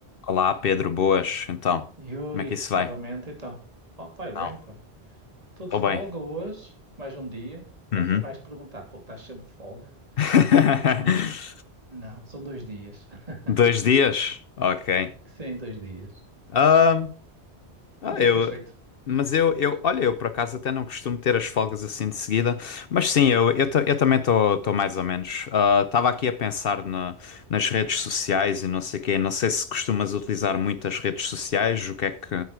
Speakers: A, on the left; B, on the right.
A: Olá, Pedro, boas. Então,
B: Yuri,
A: como é que isso vai?
B: novamente então. Oh, vai bem,
A: Não,
B: pá. Estou
A: estou
B: de folga
A: bem.
B: hoje, mais um dia. <laughs>
A: Uhum.
B: Vais perguntar, fogo, estás sempre de folga?
A: <laughs>
B: Não, não, são dois dias. <laughs>
A: Dois dias? Ok.
B: Sim, dois dias.
A: Ah, ah,
B: Então,
A: eu,
B: o que tens feito?
A: mas eu, eu, olha, eu por acaso até não costumo ter as folgas assim de seguida, mas sim, eu, eu, ta- eu também estou mais ou menos. Estava aqui a pensar na- nas redes sociais e não sei quê. Não sei se costumas utilizar muito as redes sociais, o que é que,